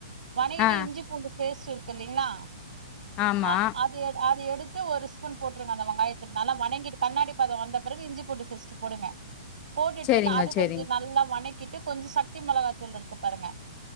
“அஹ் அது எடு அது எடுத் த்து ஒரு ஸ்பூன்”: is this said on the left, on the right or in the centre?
Right